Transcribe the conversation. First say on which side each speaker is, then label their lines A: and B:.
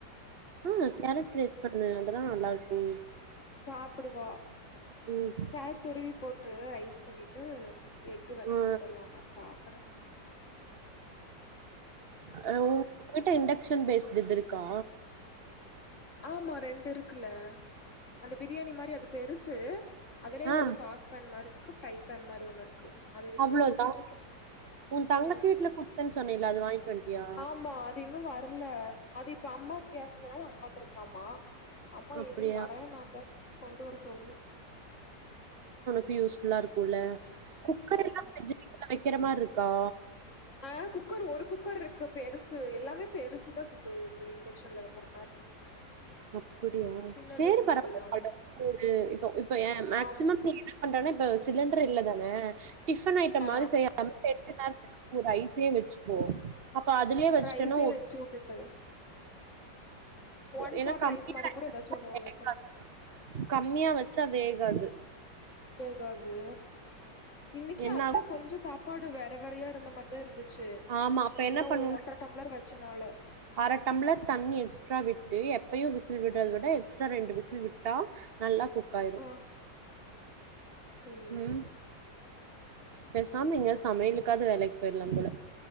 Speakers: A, on the right; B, on the left.
A: ம் கேரட் ரைஸ் பண்ணு அதெல்லா நல்லாருக்கு
B: சாப்புடுவா
A: ம்
B: கேரட் துருவி போட்டு ரைஸ் பண்ணிட்டு எஃகு வேணா
A: ஆ
B: குடுத்தட்லாமான் பாக்கற
A: அது உ ங்கிட்ட இண்டக்ஷன் பேஸ்டு இது இருக்கா
B: ஆமா ரெண்டு இருக்குல அந்த பிரியாணி மாரி அது பெருசு அதுலயே
A: ஆ
B: ஒரு சாஸ் பேன் மாரிருக்கு ஃப்ரை பேன் மாரி ஒன்னுருக்கு அது வெச்சிதா
A: அவ்ளோதா
B: ஓட்டிட்டுருக்கே
A: உன் தங்கச்சி
B: ம்
A: வீட்ல குடுத்தேன்னு சொன்னேல அது வாங்கிட்டு வன்ட்டியா
B: ஆமா அது இன்னு வ தெர்ல அது இப்ப அம்மாக்கு கேஸ் இருந்தனால மாட்டருக்காமா அம்மா
A: அப்டியா
B: ஈவ்னிங் வரேனாங்க கொண்டு வர சொல்ணு
A: கு யூஸ்ஃபுல்லாருக் குள்ள குக்கரெல்லா
B: ஆமா
A: பிரிட்ஜுல வெக்கற மார்ருக் ஆ
B: ஆ குக்கர் ஒரு குக்கர்ருக்கு பெருசு எல்லாமே பெருசு தா குப் இந்த இண்டெக்ஷன்ல வைக்கற
A: அப்படியா
B: சின்னது
A: சேரி
B: எதுவும்
A: பரவால
B: இல்ல ஆமா
A: இப்ப ஏ இப்ப மேக்சிமம்
B: ஆமா
A: நீ என்ன பண்றன்னா இப்ப சிலிண்டர் இல்லேதானே <unintelligible> டிஃபன் ஐட்டம்
B: ஆ
A: மாரி செய்யாம ரெண்டு நேரத்துக்கு ஒ ரைஸே வச்சுகுவோம் அப்ப அதுலயே வச்சுட்டேன்னோ
B: ரைஸே வச்சு வுட்டுட்டு ஒன்
A: ஏன்னா
B: பாட்
A: கம்மியா
B: ரைஸ் மாரி கூட ஏதாச்சு
A: வச்சா
B: ஒண்ணு
A: வேகாது
B: வைக்கணு
A: கம்மியா வச்சா வேகாது
B: வேகாது இன்னைக்கு
A: என்ன
B: அதுதான்
A: ஆகு
B: கொஞ்சோம் சாப்பாடு வேக நிறையா இருந்த மாதிரிதான் இருந்துச்சு து
A: ஆமா அப்ப என்ன
B: ஏன்னா
A: பண்ணுனா
B: ஒரு ஒன்றரை டம்ளர் வச்சனால
A: அர டம்ளர் தண்ணி எக்ஸ்ட்ரா விட்டு எப்பையும் விசில் விட் வவிட எக்ஸட்ரா ரெண்டு விசில் விட்டு ட்ட நல்லா குக் ஆயிரு
B: ஆ சேரி
A: ம்
B: சேரி
A: பேசாம எங்காச்சும் சமையலுக்காவது வேலைக்கு போயிரலாம் போல